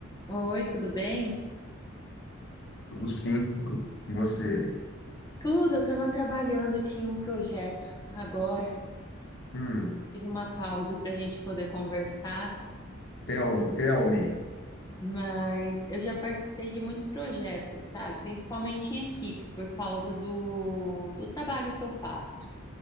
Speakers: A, on the left (about 20°); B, on the left (about 55°).
A: Oi, tudo bem?
B: Tudo sim. E você?
A: Tudo, eu estava trabalhando aqui em um projeto agora.
B: Hum,
A: Fiz uma pausa para a gente poder conversar,
B: tell me, tell me.
A: mas eu já participei de muitos projetos, sabe? Principalmente em equipe, por causa do, do trabalho que eu faço.